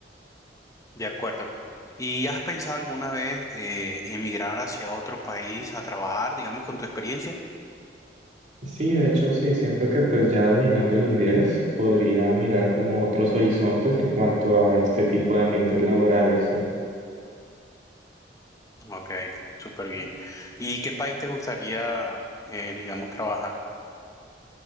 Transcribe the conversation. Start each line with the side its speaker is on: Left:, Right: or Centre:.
Left: De acuerdo. ¿Y has pensado alguna vez eh, emigrar hacia otro país a trabajar, digamos, con tu experiencia?
Right: Sí, de hecho, sí, siento que pues ya dominando el inglés podría mirar como otros horizontes en cuanto a este tipo de ambientes laborales, sí.
Left: Ok, súper bien. ¿Y qué país te gustaría, eh, digamos, trabajar?